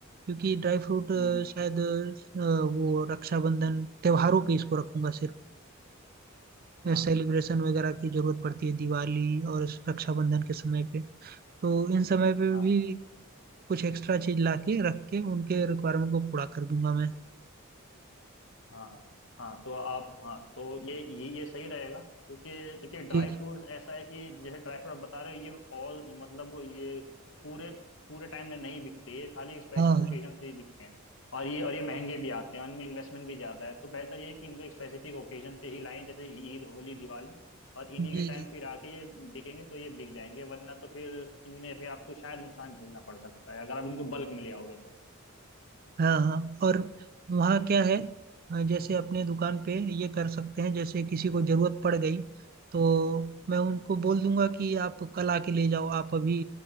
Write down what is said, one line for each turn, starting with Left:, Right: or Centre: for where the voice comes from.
Right: क्योंकि ड्राई फ्रूट
Left: हम्म, हम्म,
Right: शायद अ, वो रक्षाबंधन त्योहारों पे इसको रखूंगा सिर्फ
Left: हाँ
Right: सेलिब्रेशन वगैरह की जरूरत पड़ती है दिवाली और रक्षाबंधन के समय पे तो इन समय पे
Left: हाँ
Right: भी कुछ एक्स्ट्रा चीज ला के
Left: हम्म।
Right: रख के उनके रिक्वायरमेंट को पूरा कर दूंगा मैं
Left: हाँ हाँ तो आप हाँ तो ये ये ये सही रहेगा क्योंकि क्योंकि ड्राई
Right: जी जी
Left: फ्रूट्स ऐसा है कि जैसे ड्राई फ्रूट आप बता रहे हो ये ऑल मतलब वो ये पूरे पूरे टाइम में नहीं बिकते ये खाली स्पेशल
Right: हाँ हाँ
Left: ओकेजन पे ही बिकते हैं और ये और ये महंगे भी आते हैं और इनमें इन्वेस्टमेंट भी ज़्यादा है तो बेहतर ये है कि इनको एक स्पेसिफिक ओकेजन पे ही लाएं जैसे ईद होली दिवाली और इन्हीं
Right: जी
Left: के टाइम
Right: जी
Left: फिर आके ये बिकेंगे तो ये बिक जाएंगे वरना तो फिर इनमें फिर आपको शायद नुकसान झेलना पड़ सकता है अगर आप इनको बल्क में ले आओगे तो
Right: हाँ हाँ और वहाँ
Left: हम्म,
Right: क्या है अ, जैसे अपने दुकान
Left: हम्म,
Right: पे ये कर सकते हैं जैसे किसी को जरूरत पड़ गई तो मैं उनको
Left: हम्म,
Right: बोल दूंगा कि आप कल आके ले जाओ आप अभी